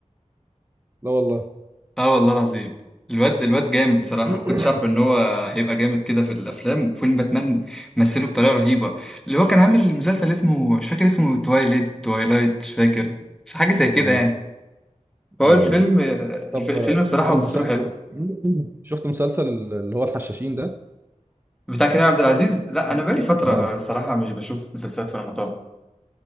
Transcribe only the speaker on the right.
لا والله
<coughs>
امم
ايوه
ايوه
طب
آه،
عارف
مسلسل
<coughs> شفت مسلسل اللي هو الحشاشين ده
اه